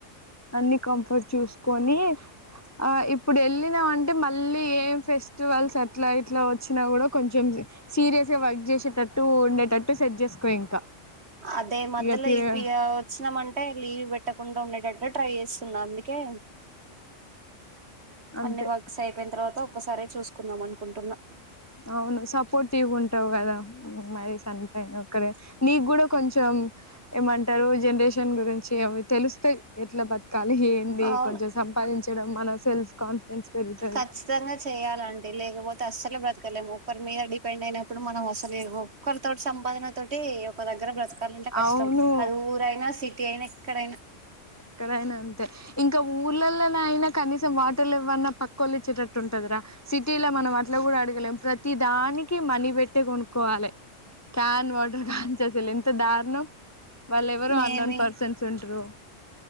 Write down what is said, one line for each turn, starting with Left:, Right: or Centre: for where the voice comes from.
Left: అన్నీ కంఫర్ట్ చూసుకొని ఆ ఇప్పుడేళ్ళినమంటే మళ్ళీ ఏం ఫెస్టివల్స్ అట్లా ఇట్లా వచ్చినా గూడా కొంచెం సీరియస్ గా వర్క్ జేసేటట్టు ఉండేటట్టు సెట్ చేసుకో ఇంకా
Right: అదే మధ్యలో
Left: ఇక తిరగ
Right: ఇవిగా వచ్చినామంటే లీవ్ పెట్టకుండా ఉండేటట్టు ట్రై చేస్తున్న అందుకే
Left: అంతే
Right: అన్ని వర్క్స్ అయిపోయిన తర్వాత ఒక్కసారే చూసుకుందాం అనుకుంటున్న
Left: అవును సపోర్టివ్ ఉంటావ్ గదా మరి సన్ అయినోక్కడే నీ గూడా కొంచెం హు ఏమంటారు జనరేషన్ గురించి అవి తెలిస్తే ఎట్లా బతకాలి ఏంది
Right: అవును
Left: కొంచెం సంపాదించడం మన సెల్ఫ్ కాన్ఫిడెన్స్ పెరుగుతది
Right: ఖచ్చితంగా చెయ్యాలంటి లేకపోత్ అస్సలే బ్రతకలేము ఒక్కరి మీద డిపెండ్ అయినప్పుడు మనం అసలేవొక్కల తోటి సంపాదన తోటి ఒక దగ్గర బ్రత్ కలంటే కష్టం
Left: అవును
Right: అది ఊరైనా సిటీ అయినా ఎక్కడైనా
Left: ఎక్కడైనా అంతే ఇంకా ఊర్లాల్లానైన కనీసం వాటర్ లెవ్వన్నా పక్కోలు ఇచ్చే టట్ టుంటదిర సిటీలో మనం అట్లా గూడా అడుగలేం ప్రతి దానికి మనీ పెట్టే కోనుక్కోవాలే క్యాన్ వాటర్ కాంచి అసలు ఎంత దారుణం వాళ్లేవరో
Right: మేమి
Left: అన్నోన్ పర్సన్స్ ఉంట్రు